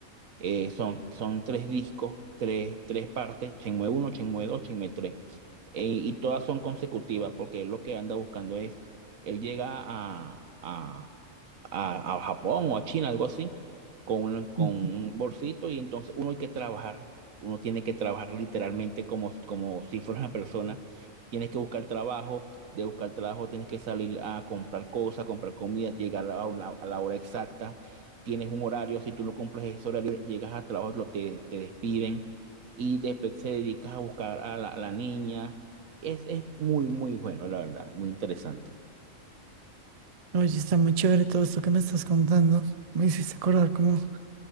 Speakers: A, on the right; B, on the right.
A: Eh, son, son tres discos, tres, tres partes, Shenmue uno Shenmue dos Shenmue tres Eh, y todas son consecutivas porque él lo que anda buscando es, él llega a, a, a, a Japón o a China, algo así, con un, con
B: Ujú.
A: un bolsito y entonces uno hay que trabajar, uno tiene que trabajar literalmente como, como si fuera una persona. Tienes que buscar trabajo, de buscar trabajo tienes que salir a comprar cosas, comprar comida, llegar a la a la hora exacta tienes un horario, si tú no cumples ese horario, llegas al trabajo, lo- te, te despiden y después se dedicas a buscar a la, a la niña. Es, es muy, muy bueno, la verdad, muy interesante.
B: Oye, está muy chévere todo esto que me estás contando. Me hiciste acordar como